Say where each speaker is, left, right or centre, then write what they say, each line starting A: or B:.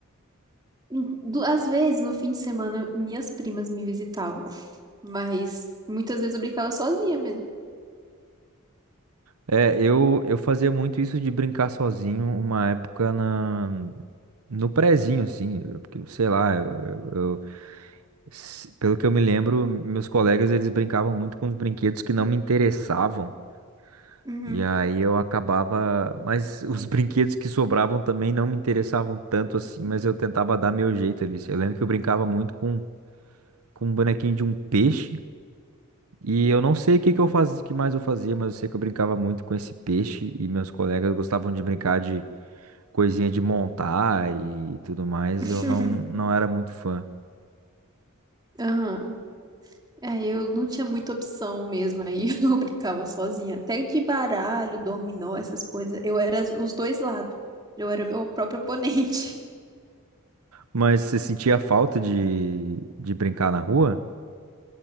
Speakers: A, on the right (about 20°); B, on the right (about 75°).
A: Em- du- Às vezes, no fim de semana, minhas primas me visitavam, <laughs> mas muitas vezes eu brincava sozinha mesmo.
B: É, eu, eu fazia muito isso de brincar sozinho uma época na. No prezinho, assim, eu- porque, sei lá, eu, eu- eu- se- pelo que eu me lembro, meus colegas eles brincavam muito com os brinquedos que não me interessavam.
A: Uhum.
B: E aí eu acabava, mas os <laughs> brinquedos que sobravam também não me interessavam tanto assim, mas eu tentava dar meu jeito ali. Eu lembro que eu brincava muito com, com um bonequinho de um peixe, e eu não sei o que que eu fazia, que mais eu fazia, mas eu sei que eu brincava muito com esse peixe e meus colegas gostavam de brincar de coisinha de montar e tudo mais,
A: <laughs>
B: e eu não, não era muito fã.
A: Aham. É, eu não tinha muita opção mesmo, aí <laughs> eu brincava sozinha. Até de baralho, dominó, essas coisas, eu era as- os dois lados. Eu era meu próprio oponente.
B: Mas você sentia falta de, de brincar na rua?